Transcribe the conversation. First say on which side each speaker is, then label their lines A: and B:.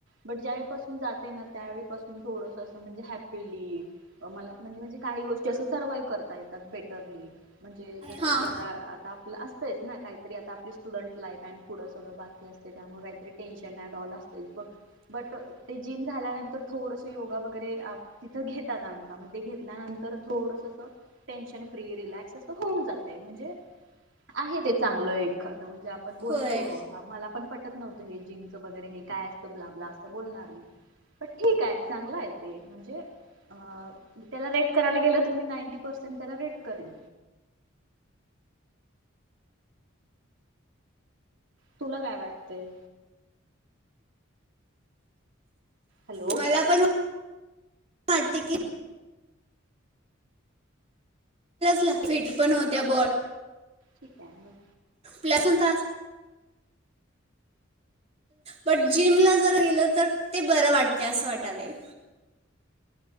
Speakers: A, on the right (about 65°); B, on the right (about 30°).
A: बट ज्यावेळीपासून जाते ना त्यावेळीपासून थोडस अस म्हणजे हॅप पिली अ मला म्हण म्हणजे काही गोष्टी असं सरव्हावं करता येतात बेटरली. म्हणजे जसं
B: हां
A: की आता आता आपलं असतयचं ना काहीतरी आता आपली स्टुडंट लाईफ अँन पुढं सगळ बाकी असते त्यामुळे काहीतरी टेन्शन अँड ऑल असतयच ब बट ते जिम झाल्यानंतर थोडस योगा वगैरे आ तिथं घेतात आमचा मग ते घेतल्यानंतर थोडस अस टेन्शन फ्री रिलॅक्स असं होऊन जातय म्हणजे आहे ते चांगलं एखा म्हणजे आपण बोलतो
B: होय
A: अ मला पण पट टत नव्हत हे जीमच वगैरे हे काय असतं ब्लाब्ला असं बोलणार मी पण ठीक आहे चांगलं आहे ते म्हणजे अ त्याला रेट करायला गेलं तर मी नाईंटी पर्सेंट त्याला रेट करेन. तुला काय वाटतंय? हॅलो
B: मला पण वा टतय की ला फिट पण होत्या बॉड
A: ठीक आहे मग
B: ल्यासतास बट जिमला जर गेलं तर ते बरं वाटते असं वाटालय